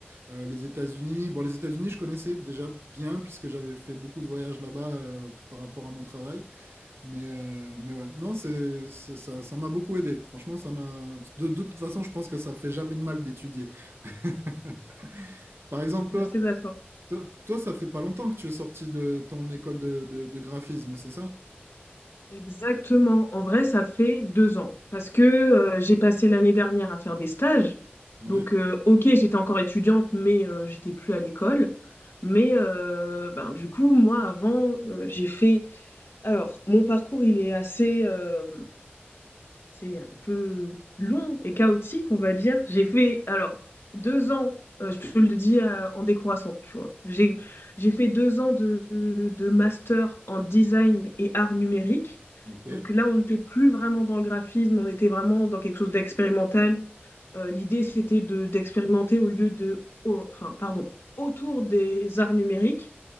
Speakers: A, on the right (about 85°); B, on the left (about 75°).
A: euh, les États-Unis. Bon, les États-Unis, je connaissais déjà bien puisque j'avais fait beaucoup de voyages là-bas euh, par rapport à mon travail. Mais, euh, mais ouais, non, c'est, c'est- ça, ça m'a beaucoup aidé. Franchement, ça m'a. De, de toute façon, je pense que ça fait jamais de mal d'étudier. <laughs> Par exemple,
B: Je
A: toi,
B: suis assez d'accord.
A: toi, toi, ça fait pas longtemps que tu es sorti de ton école de, de, de graphisme, c'est ça?
B: Exactement. En vrai, ça fait deux ans parce que euh, j'ai passé l'année dernière à faire des stages.
A: Ouais.
B: Donc, euh, ok, j'étais encore étudiante, mais euh, j'étais plus à l'école. Mais euh, ben, du coup, moi, avant, euh, j'ai fait... Alors, mon parcours, il est assez... euh, c'est un peu long et chaotique, on va dire. J'ai fait, alors, deux ans, euh, je te le dis euh, en décroissant, tu vois. J'ai, j'ai fait deux ans de, de- de master en design et art numérique.
A: Ok.
B: Donc là, on n'était plus vraiment dans le graphisme, on était vraiment dans quelque chose d'expérimental. Euh, l'idée, c'était de, d'expérimenter au lieu de, au- enfin, pardon, autour des arts numériques.